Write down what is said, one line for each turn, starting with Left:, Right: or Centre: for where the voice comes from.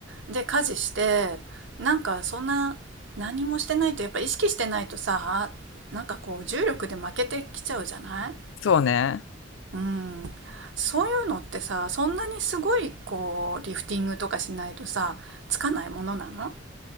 Right: で家事してなんかそんな何もしてないとやっぱ意識してないとさなんかこう重力で負けてきちゃうじゃない
Left: そうね。
Right: うんそういうのってさそんなにすごいこうリフティングとかしないとさつかないものなの